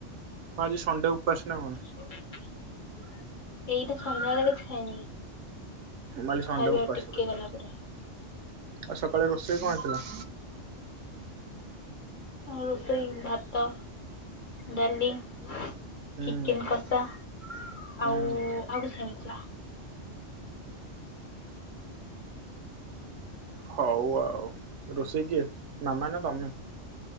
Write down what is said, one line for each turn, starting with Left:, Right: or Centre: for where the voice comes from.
Right: କଣ ଆଜି ସଣ୍ଡେ ଉପାସନା କଣ?
Left: ଏଇଟା ସନ୍ଧ୍ୟାବେଳେ କିଛି ଖାଇନି।
Right: ମୁଁ ଭାବିଲି ସଣ୍ଡେ
Left: ଖାଇବା
Right: ଉପାସ
Left: ଆଉ ଟିକେ
Right: ବୋଲି
Left: ଗଲା ପରେ।
Right: ଆଉ ସକାଳେ ରୋଷେଇ କଣ ହେଇଥିଲା?
Left: ରୋଷେଇ ଭାତ ଡାଲି ଚିକେନ
Right: ହୁଁ
Left: କଷା
Right: ହୁଁ
Left: ଆଉ ଆଉ କିଛି ହେଇନଥିଲା।
Right: ହଉ ଆଉ ରୋଷେଇ କିଏ ମାମା ନା ତମେ?